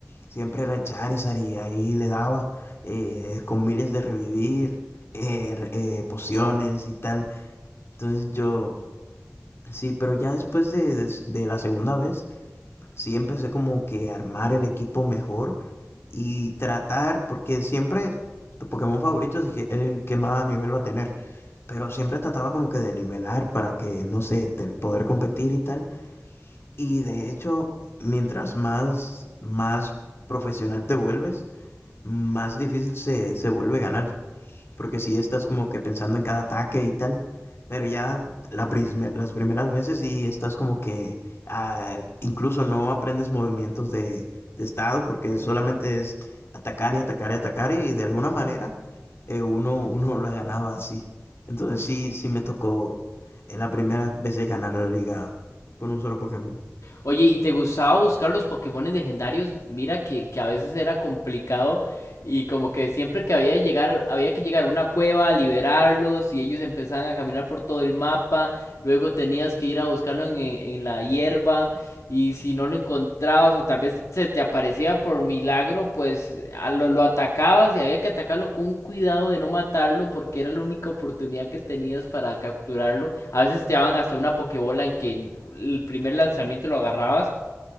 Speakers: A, on the left; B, on the left.
A: siempre era el Charizard y ahí le daba eh, con miles de revivir, eh, re- eh, pociones y tal. Entonces yo, Sí, pero ya después de, de s- de la segunda vez, sí empecé como que a armar el equipo mejor y tratar, porque siempre tu Pokémon favorito es el que el que más nivel va a tener, pero siempre trataba como que de nivelar para que, no sé, te- poder competir y tal. Y de hecho, mientras más, más profesional te vuelves, más difícil se, se vuelve ganar porque sí estás como que pensando en cada ataque y tal, pero ya la prisme- las primeras veces sí estás como que ah, incluso no aprendes movimientos de, de estado porque solamente es atacar y atacar y atacar y de alguna manera eh, uno, <laughs> uno la ganaba así. Entonces sí, sí me tocó en la primera vez de ganar la liga con un solo Pokémon.
B: Oye, ¿y te gustaba buscar los Pokémon legendarios? Mira que, que a veces era complicado y como que siempre que había, llegar, había que llegar a una cueva a liberarlos y ellos empezaban a caminar por todo el mapa, luego tenías que ir a buscarlos en, en la hierba Y si no lo encontrabas o tal vez se te aparecía por milagro, pues a lo, lo atacabas y había que atacarlo con un cuidado de no matarlo porque era la única oportunidad que tenías para capturarlo. A veces te daban hasta una pokebola en que el primer lanzamiento lo agarrabas,